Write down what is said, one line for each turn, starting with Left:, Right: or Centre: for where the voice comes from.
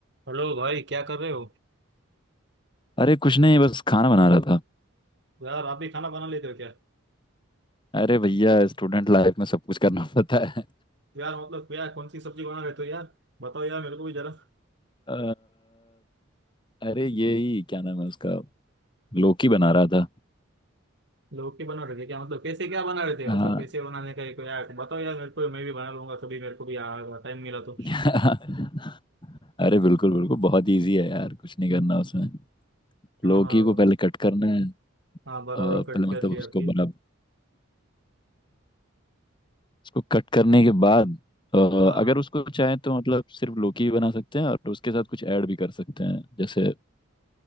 Right: हेलो भाई क्या कर रहे हो
Left: अरे कुछ नहीं बस खाना बना रहा था
Right: यार आप भी खाना बना लेते हो क्या
Left: अरे भैया स्टूडेंट लाइफ में सब कुछ करना <laughs> पड़ता है
Right: यार मतलब क्या कौन सी सब्जी बना लेते हो तो यार बताओ यार मेरे को भी जरा
Left: अ, अरे ये ही क्या नाम है उसका लौकी बना रहा था
Right: लौकी बना रहे थे क्या मतलब कैसे क्या बना रहे थे
Left: हाँ
Right: मतलब कैसे बनाने का एक यार बताओ यार मेरे को मैं भी बना लूंगा कभी मेरे को भी यार टाइम मिला तो
Left: <laughs> अरे बिल्कुल बिल्कुल बहुत इजी है यार कुछ नहीं करना उसमें
Right: हाँ
Left: लौकी
Right: हाँ
Left: को पहले कट करना है अ,
Right: हाँ बराबर
Left: पहले
Right: कट कर
Left: मतलब
Right: लिया
Left: उसको
Right: फिर
Left: बराबर उसको कट करने के बाद अ,
Right: हाँ
Left: अगर उसको चाहे तो मतलब सिर्फ लौकी भी बना सकते हैं और उसके साथ कुछ ऐड भी कर सकते हैं जैसे